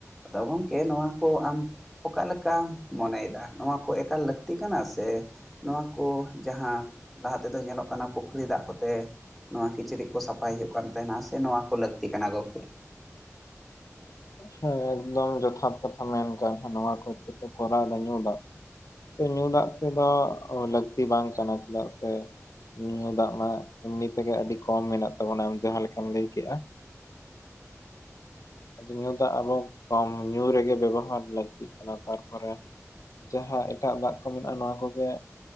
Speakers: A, in the centre; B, on the left.
A: ᱟᱫᱚ ᱜᱚᱢᱠᱮ ᱱᱚᱣᱟ ᱠᱚ ᱟᱢᱼᱼ ᱚᱠᱟ ᱞᱮᱠᱟᱢ ᱢᱚᱱᱮ ᱭᱮᱫᱟ ᱱᱚᱣᱟ ᱠᱚ ᱮᱠᱟᱞ ᱞᱟᱹᱠᱛᱤ ᱠᱟᱱᱟ ᱥᱮᱼᱼ ᱱᱚᱣᱟ ᱠᱚ ᱡᱟᱦᱟᱸ ᱞᱟᱦᱟ ᱛᱮᱫᱚ ᱧᱮᱞᱚᱜ ᱠᱟᱱᱟ ᱯᱩᱠᱷᱨᱤ ᱫᱟᱜ ᱠᱚᱫᱼᱼ ᱛᱮ ᱱᱚᱣᱟ ᱠᱤᱪᱨᱤᱡ ᱠᱚ ᱥᱟᱯᱷᱟᱭ ᱦᱩᱭᱩᱜ ᱠᱟᱱ ᱛᱮ ᱱᱟᱥᱮ ᱱᱚᱣᱟ ᱠᱚ ᱞᱟᱹᱠᱛᱤ ᱠᱟᱱᱟ ᱜᱚᱢᱠᱮ?
B: <inaudible> ᱦᱮᱸ ᱮᱠᱫᱚᱢ ᱡᱚᱛᱷᱟᱛ ᱠᱟᱛᱷᱟᱢ ᱢᱮᱱ ᱠᱟᱜᱼᱟ ᱱᱚᱣᱟ ᱠᱚ ᱠᱚᱨᱟᱣ ᱫᱟ ᱧᱸᱩ ᱫᱟ ᱧᱩᱸ ᱫᱟᱜ ᱛᱮᱫᱚ ᱞᱟᱹᱠᱛᱤ ᱵᱟᱝ ᱠᱟᱱᱟ ᱪᱮᱫᱟᱜ ᱥᱮᱼᱼ ᱧᱩᱸ ᱫᱟᱜ ᱢᱟ ᱮᱢᱱᱤ ᱛᱮᱜᱮ ᱟᱹᱰᱤ ᱠᱚᱢ ᱢᱮᱱᱟᱜ ᱛᱟᱵᱚᱱᱟ ᱡᱟᱦᱟᱸ ᱞᱮᱠᱟᱢ ᱞᱟᱹᱭ ᱠᱮᱜᱼᱟ᱾ ᱟᱫᱚ ᱧᱩᱸ ᱫᱟᱜ ᱟᱵᱚ ᱠᱚᱢ ᱧᱩᱸ ᱨᱮᱜᱮ ᱵᱮᱵᱚᱦᱟᱨ ᱞᱟᱹᱠᱛᱤᱜ ᱠᱟᱱᱟ ᱛᱟᱨᱯᱚᱨᱮ ᱡᱟᱦᱟᱸ ᱮᱴᱟᱜ ᱫᱟᱜ ᱠᱚ ᱢᱮᱱᱟᱜᱼᱟ ᱱᱚᱣᱟ ᱠᱚᱜᱮ